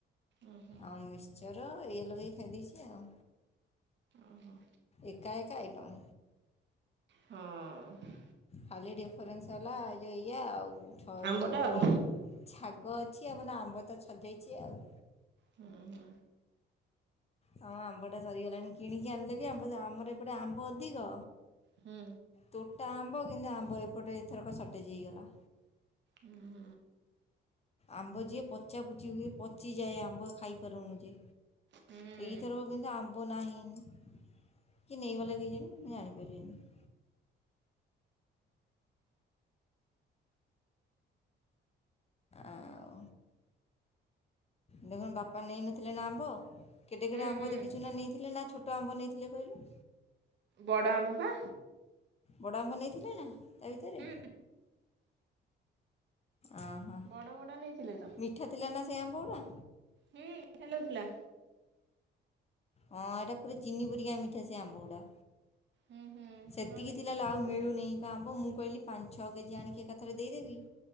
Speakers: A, on the right; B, on the left.
A: ଉଁ ହୁଁ
B: ଆଉ ମିକ୍ସଚର ଏଇଆ ଲଗେଇକି ଖାଇ ଦେଇଚି ଆଉ।
A: ଓହୋ
B: ଏକା ଏକା ଆଇଟମ୍
A: ହଁ।
B: ଖାଲି ଡିଫରେନ୍ସ ହେଲା ଯେ ଏଇଆ ଆଉ ଛ
A: ଆମ୍ବଟା
B: ତୁମର
A: ଆଉ
B: ଛାଗ ଅଛି ଆମର ଆମ୍ବ ତ ଛଜାଇଚି ଆଉ।
A: ହୁଁ ହୁଁ।
B: ହଁ ଆମ୍ବଟା ସରିଗଲାଣି କିଣିକି ଆଣିଲେ ବି ଆମ୍ବ ଆମର ଏପଟେ ଆମ୍ବ ଅଧିକ।
A: ହୁଁ।
B: ତୋଟା ଆମ୍ବ କିନ୍ତୁ ଆମ୍ବ ଏପଟେ ଏଥରକ ସଟେଜ୍ ହେଇଗଲା।
A: ହୁଁ।
B: ଆମ୍ବ ଯିଏ ପ ପଚାପୁଚି ହୁଏ ପଚିଯାଏ ଆମ୍ବ ଖାଇପାରୁନୁ ଯେ
A: ହୁଁ ହୁଁ
B: ଏଇଥରକ କିନ୍ତୁ ଆମ୍ ମ୍ବ ନାହିଁ ନ୍ କିଏ ନେଇଗଲା କେଜାଣି ମୁଁ ଜାଣିପାଇଲିନି। ଆଉ। ଦେଖୁନୁ ବାପା ନେଇନଥିଲେ ନା ଆମ୍ବ କେଡେ
A: ହୁଁ
B: କେଡେ ଆମ୍ବ
A: ହୁଁ
B: ଦେଖିଚୁ ନା ନେଇଥିଲେ ନା ଛୋ ଟ ଆମ୍ୱ ନେଇଥିଲେ କଇଲୁ।
A: ବଡ଼ ଆମ୍ବ ପା।
B: ବଡ଼ ଆମ୍ବ ନେଇଥିଲେ ନା ତା ଭିତରେ
A: ହୁଁ
B: ଅହ।
A: ବଡ଼ ବଡ଼ ନେଇଥିଲେ ତ।
B: ମିଠା ଥିଲା ନା ସେଇ ଆମ୍ବଉଡ଼ା?
A: ହୁଁ ମିଠା ଲାଗୁଥୁଲା।
B: ହଁ ଏଇଟା ପୁରା ଚିନି ପୁରିକା ମିଠା ସେ ଆମ୍ବ ଗୁଡ଼ା।
A: ହୁଁ ହୁଁ।
B: ସେତିକି
A: ହଁ ମିଠା
B: ଥିଲା
A: ଲାଗୁଥିଲା
B: ଲ ଆଉ ମିଳୁନେଇଁ
A: ତ
B: ପା ଆମ୍ବ ମୁଁ କଇଲି ପାଞ୍ଚ୍ ଛଅ କେଜି ଆଣିକି ଏକାଥରେ ଦେଇଦେବି।